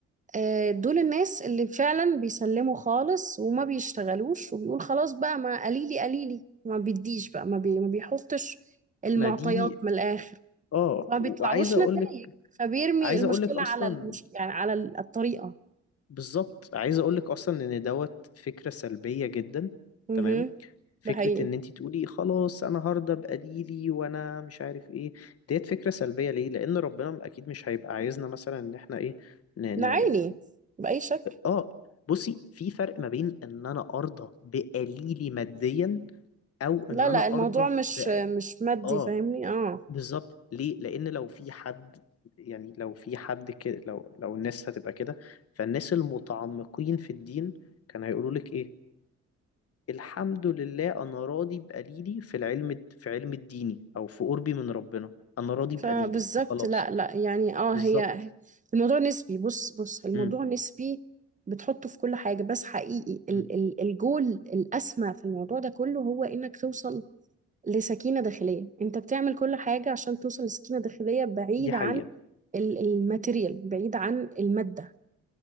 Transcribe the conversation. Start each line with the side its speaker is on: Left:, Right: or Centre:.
Right: آه، دول الناس اللي فعلا بيسلموا خالص وما بيشتغلوش وبيقول خلاص بقى ما قليلي قليلي ما بيديش بقى ما, بي ما بيحطش المعطيات
Left: ما دي
Right: من الآخر
Left: اه
Right: ما
Left: وعايز
Right: بيطلعلوش
Left: اقول
Right: نتائج
Left: لك
Right: فبيرمي
Left: عايز
Right: المشكلة
Left: اقول لك اصلا
Right: على المش... يعني على ال- الطريقة
Left: بالظبط عايز اقول لك اصلا ان دوت فكرة سلبية جدا
Right: مهم.
Left: تمام فكرة
Right: ده حقيقي
Left: ان انت تقولي خلاص انا هرضى بقليلي وانا مش عارف ايه ديت فكرة سلبية ليه لان ربنا اكيد مش هيبقى عايزنا مثلا ان احنا ايه ن...
Right: ده
Left: ن...
Right: عيني بأي شكل
Left: اه بصي في فرق ما بين ان انا ارضى بقليلي ماديا او ان
Right: لا
Left: انا
Right: لا الموضوع
Left: ارضى
Right: مش
Left: ب...
Right: مش مادي
Left: اه
Right: فاهمني اه
Left: بالظبط ليه لان لو في حد يعني لو في حد كده لو لو الناس هتبقى كده فالناس المتعمقين في الدين كانوا هيقولوا لك ايه الحمد لله انا راضي بقليلي في العلم في علم الديني او في قربي من ربنا انا راضي
Right: فبالظبط
Left: بقليلي فخلاص
Right: لا لا يعني اه
Left: بالظبط
Right: هي الموضوع نسبي بص بص الموضوع
Left: امم
Right: نسبي بتحطه في كل حاجة بس حقيقي ال
Left: أمم.
Right: ال الجول الأسمى في الموضوع ده كله هو إنك توصل لسكينة داخلية أنت بتعمل كل حاجة عشان توصل لسكينة داخلية بعيد
Left: دي حقيقة
Right: عن ال- الماتيريال بعيد عن المادة